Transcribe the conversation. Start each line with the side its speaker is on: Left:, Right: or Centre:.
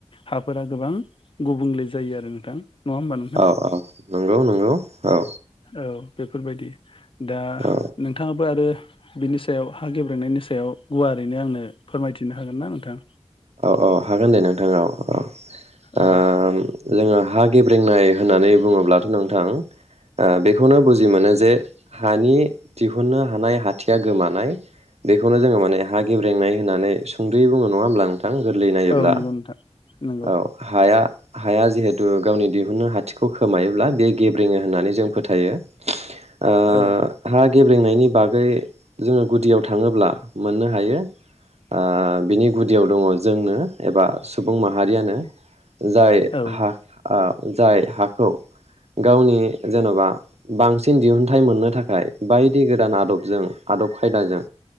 Left: हाफोरा गोबां गुबुंले जायो आरो नोंथां नङा होमबा नों
Right: औ औ नंगौ नंगौ औ
Left: औ बेफोरबायदि। दा
Right: औ
Left: नोंथाङाबो आरो बिनि सायाव हा गेब्रेनायनि सायाव गुवारैनो आंनो फोरमायथिनो हागोन ना नोंथां?
Right: औ औ हागोन दे नोंथां औ ओ
Left: औ
Right: जोङो हा गेब्रेंनाय होननानै बुङोब्लाथ' नोंथां ओ बेखौनो बुजि मोनो जे हानि दिहुननो हानाय हाथिया गोमानाय बेखौनो जोङो माने हा गेब्रेंनाय होननानै सुंद'यै बुङो। नङा होमब्ला नों गोरलै नायोब्ला
Left: औ नंगौ नोंथां नंगौ
Right: औ हाया हाया जिहेतु गावनि दिहुननो हाथिखौ खोमायोब्ला बेयो गेब्रेङो होननानै जों फोथायो। ओ
Left: औ
Right: हा गेब्रेंनायनि बागै जोङो गुदियाव थाङोब्ला मोननो हायो ओ बिनि गुदियाव दङ जोंनो एबा सुबुं माहारियानो जाय
Left: औ
Right: हा ओ जाय हाखौ गावनि जेन'बा बांसिन दिहुनथाइ मोननो थाखाय बायदि गोदान आदबजों आदब खायदाजों